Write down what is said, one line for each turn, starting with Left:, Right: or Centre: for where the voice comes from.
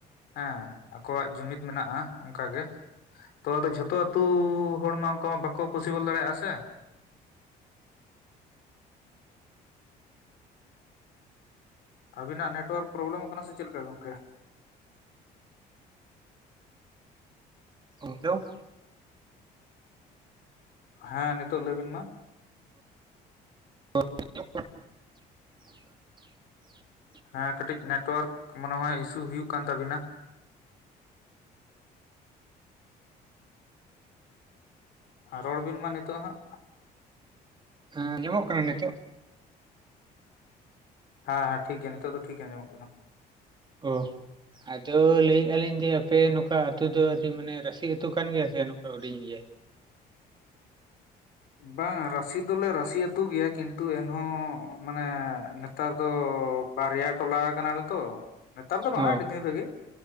Left: ᱦᱮᱸ᱾ ᱟᱠᱚᱣᱟᱜ ᱡᱩᱢᱤᱫ ᱢᱮᱱᱟᱜᱼᱟ ᱚᱱᱠᱟ ᱜᱮ, ᱛᱚ ᱟᱫᱚ ᱡᱷᱚᱛᱚ ᱟᱹᱛᱩ ᱦᱚᱲ ᱢᱟ ᱚᱱᱠᱟ ᱢᱟ ᱵᱟᱠᱚ ᱯᱚᱥᱤᱵᱚᱞ ᱫᱟᱲᱮᱭᱟᱜᱼᱟ ᱥᱮ ᱾ ᱟᱵᱤᱱᱟᱜ ᱱᱮᱴᱳᱣᱟᱨᱠ ᱯᱨᱚᱵᱽᱞᱮᱢᱚᱜ ᱠᱟᱱᱟ ᱥᱮ, ᱪᱮᱫ ᱞᱮᱠᱟ ᱜᱚᱝᱠᱮ?
Right: ᱦᱮᱸ ᱪᱚ <unintelligible>
Left: ᱦᱮᱸ, ᱱᱤᱛᱚᱜ ᱞᱟᱹᱭ ᱵᱤᱱ ᱢᱟ ᱾
Right: <unintelligible>
Left: ᱦᱮᱸ, ᱠᱟᱹᱴᱤᱡ ᱱᱮᱴᱚᱣᱟᱨᱠ ᱢᱚᱱᱮ ᱦᱚᱭ ᱤᱥᱩ ᱦᱩᱭᱩᱜ ᱠᱟᱱ ᱛᱟᱵᱤᱱᱟ᱾ ᱨᱚᱲ ᱵᱤᱱ ᱢᱟ ᱱᱤᱛᱚᱜ ᱦᱟᱸᱜ᱾
Right: ᱦᱮᱸ ᱟᱸᱡᱚᱢᱚᱜ ᱠᱟᱱᱟ ᱱᱤᱛᱚᱜ?
Left: ᱦᱮᱸ ᱦᱮᱸ ᱴᱷᱤᱠ ᱜᱮᱭᱟ ᱱᱤᱛᱚᱜ ᱫᱚ ᱴᱷᱤᱠ ᱜᱮ ᱟᱡᱚᱢᱚᱜ ᱠᱟᱱᱟ᱾
Right: ᱚ ᱾ ᱟᱫᱚ ᱞᱟᱹᱭᱮᱜ ᱟᱹᱞᱤᱧ ᱡᱮ ᱟᱯᱮ ᱱᱚᱝᱠᱟ ᱟᱹᱛᱩ ᱫᱚ ᱟᱹᱰᱤ ᱢᱟᱱᱮ ᱨᱟᱹᱥᱤ ᱟᱹᱛᱩ ᱠᱟᱱ ᱜᱮᱭᱟ ᱥᱮ ᱱᱚᱝᱠᱟ ᱦᱩᱰᱤᱧ ᱜᱮᱭᱟ?
Left: ᱵᱟᱝᱟ ᱨᱟᱥᱤ ᱫᱚᱞᱮ ᱨᱟᱥᱤ ᱟᱹᱛᱩ ᱜᱮᱭᱟ, ᱠᱤᱱ ᱛᱩ ᱮᱱᱦᱚᱸ ᱢᱟᱱᱮ ᱱᱮᱛᱟᱨ ᱫᱚ ᱵᱟᱨᱭᱟ ᱴᱚᱞᱟ ᱟᱠᱟᱱᱟᱞᱮ ᱛᱚ᱾ ᱱᱮᱛᱟᱨ ᱫᱚ ᱵᱟᱝᱟ
Right: ᱚ
Left: ᱟᱹᱰᱤ ᱫᱤᱱ ᱨᱮᱜᱮ,